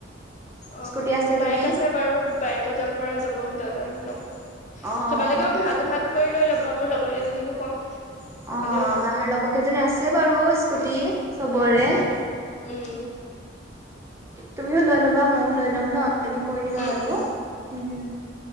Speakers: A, on the left; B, on the right.
A: অ,
B: স্কুটি
A: বাইক
B: যদি
A: আছে বাৰু, বাইকত যাব পৰা যাব দাদাৰ লগত৷
B: অ অ
A: তোমালোকেও ভাগ ভাগ কৰি লৈ ল'বা, মোৰ লগৰ কেইজনীকো কম৷
B: অ-অ
A: সিহঁতিও
B: আমাৰ
A: ল'ব
B: লগৰ কেইজনীৰ আছে বাৰু স্কুটি চবৰে৷
A: উম উম
B: তুমিও লৈ ল'বা মইও লৈ ল'ম ন? তুমি কৈ দিবা
A: উম
B: আৰু৷
A: উম
B: উম৷